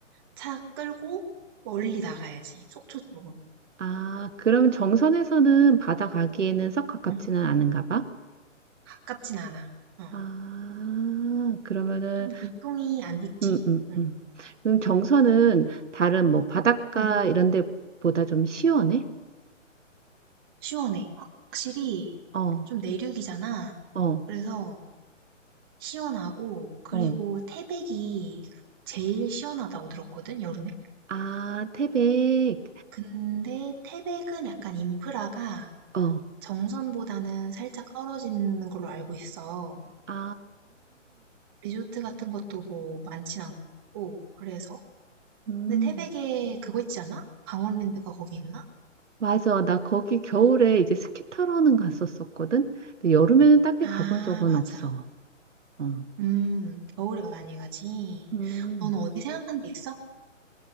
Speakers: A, on the right; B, on the right.
A: 차 끌고 멀리 나가야지 속초 쪽으로.
B: 아, 그러면 정선에서는 바다 가기에는 썩 가깝지는
A: 응,
B: 않은가 봐.
A: 가깝진 않아. 어,
B: 아, 그러면은
A: 좀 교통이 안 좋지.
B: 음, 음,
A: 응,
B: 음. 그럼 정선은 다른 뭐 바닷가
A: 응,
B: 이런 데보다 좀 시원해?
A: 시원해. 확실히
B: 어,
A: 좀 내륙이잖아.
B: 어,
A: 그래서 시원하고 그리고
B: 어.
A: 태백이 제일 시원하다고 들었거든, 여름에.
B: 아, 태백.
A: 근데 태백은 약간 인프라가
B: 어.
A: 정선보다는 살짝 떨어지는 걸로 알고 있어.
B: 아.
A: 리조트 같은 것도 뭐 많진 않고, 그래서.
B: 음,
A: 근데 태백에 그거 있지 않아? 강원랜드가 거기 있나?
B: 맞아. 나 거기 겨울에 이제 스키 타러는 갔었었거든. 근데 여름에는 딱히
A: 아,
B: 가본 적은
A: 맞아.
B: 없어. 어.
A: 음, 겨울에 많이 가지.
B: 음,
A: 넌 어디 생각한 데 있어?